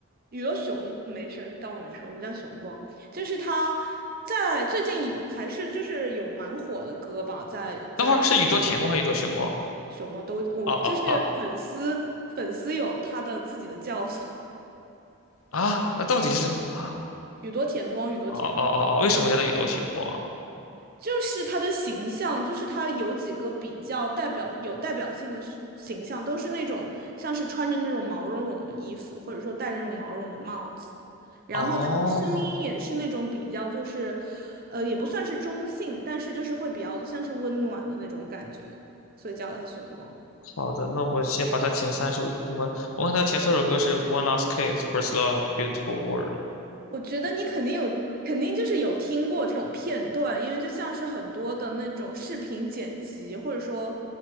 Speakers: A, on the right; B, on the left.
A: 宇多雄没事儿，当我没说，我们叫雄光。就是他在最近还是就是有蛮火的歌吧，在在
B: 等会儿是宇多田光还是宇多雄光？
A: 雄光都我就是粉丝粉丝有他的自己的叫法，
B: 哦哦哦啊，那到底是啊？
A: 宇多田光，宇多田光。
B: 哦哦哦哦，为什么叫他宇多雄光啊？
A: 就是他的形象，就是他有几个比较代表有代表性的是形象，都是那种像是穿着那种毛茸茸的衣服，或者说戴着那种毛茸的帽子，然后他的声音也是那种比较就是，
B: 哦，
A: 呃，也不算是中性，但是就是会比较像是温暖的那种感觉，所以叫他熊光。
B: 好的，那我先把他前三首什么？我看他前三首歌是《One Last Kiss》《First Love》《Beautiful World》。
A: 我觉得你肯定有，肯定就是有听过这种片段，因为就像是很多的那种视频剪辑，或者说